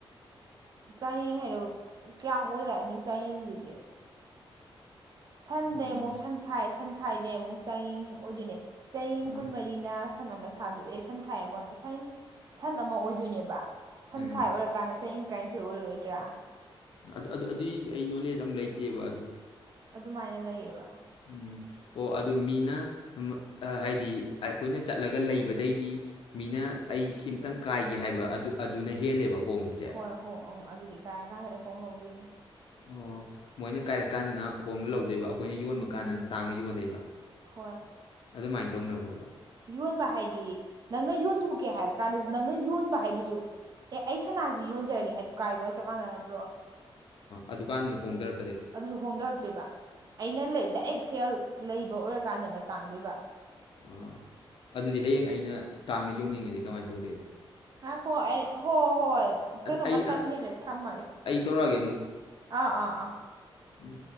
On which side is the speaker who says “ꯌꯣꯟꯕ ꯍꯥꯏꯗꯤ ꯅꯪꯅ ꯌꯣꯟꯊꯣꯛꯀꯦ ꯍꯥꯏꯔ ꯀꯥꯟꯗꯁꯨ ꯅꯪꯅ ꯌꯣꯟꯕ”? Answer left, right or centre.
Right